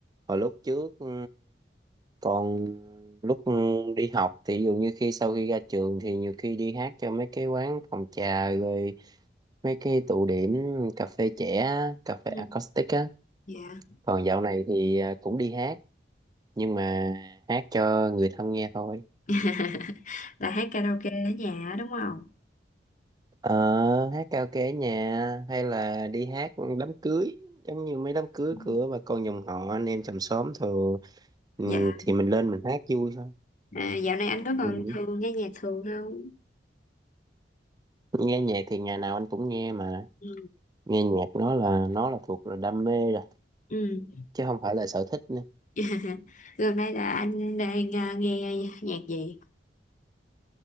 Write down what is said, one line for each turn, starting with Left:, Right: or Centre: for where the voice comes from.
Right: hồi lúc trước ừ, còn lúc ừ, đi học thì ví dụ như khi sau khi ra trường thì nhiều khi đi hát cho mấy cái quán phòng trà rồi mấy cái tụ điểm cà phê trẻ, á, cà phê
Left: ừ,
Right: acoustic á.
Left: Dạ.
Right: Còn dạo này thì ờ, cũng đi hát nhưng mà hát cho người thân nghe thôi.
Left: <laughs> Là hát karaoke ở nhà á, đúng không?
Right: Ờ, hát karaoke ở nhà hay là đi hát đám cưới giống như mấy đám cưới
Left: Ừ.
Right: của bà con dòng họ anh em chòm xóm thường ừ,
Left: Dạ.
Right: thì mình lên mình hát vui thôi
Left: À, dạo này anh có còn
Right: ừ.
Left: thường nghe nhạc thường không?
Right: Nghe nhạc thì ngày nào anh cũng nghe mà
Left: Ừ.
Right: nghe nhạc nó là nó là thuộc là đam mê rồi
Left: Ừ.
Right: chứ không phải là sở thích nữa
Left: <laughs> Gần đây là anh đang à, nghe nhạc gì?